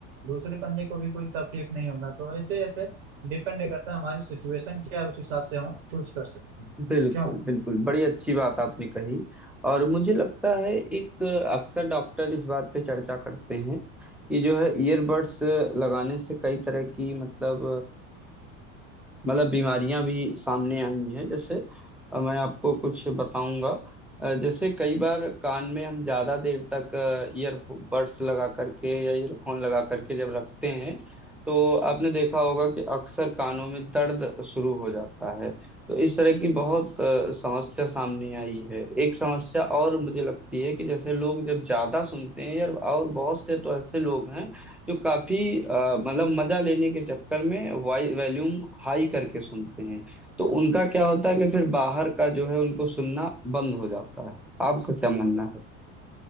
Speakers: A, on the right; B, in the centre.
A: दूसरे बंदे को भी कोई तकलीफ नहीं होगा तो ऐसे ऐसे डिपेंड करता है हमारी सिचुएशन क्या है उस हिसाब से हम चूज कर सकते हैं
B: बिल्कुल
A: क्यों
B: बिल्कुल बड़ी अच्छी बात आपने कही और मुझे लगता है एक अ, अक्सर डॉक्टर इस बात पे चर्चा करते हैं कि जो है ईयरबड्स लगाने से कई तरह की मतलब मतलब बीमारियां भी सामने आई हैं जैसे अ, मैं आपको कुछ बताऊंगा अ, जैसे कई बार कान में हम ज्यादा देर तक ईयरबड्स लगा करके या ईयरफोन लगा करके जब रखते हैं तो आपने देखा होगा कि अक्सर कानों में दर्द शुरू हो जाता है तो इस तरह की बहुत अ, समस्या सामने आई है एक समस्या और मुझे लगती है कि जैसे लोग जब ज्यादा सुनते हैं यार और बहुत से तो ऐसे लोग हैं जो काफी अ, मतलब मजा लेने के चक्कर में वाई वॉल्यूम हाई करके सुनते हैं तो उनका क्या होता है कि फिर बाहर का जो है उनको सुनना बंद हो जाता है आपका क्या मानना है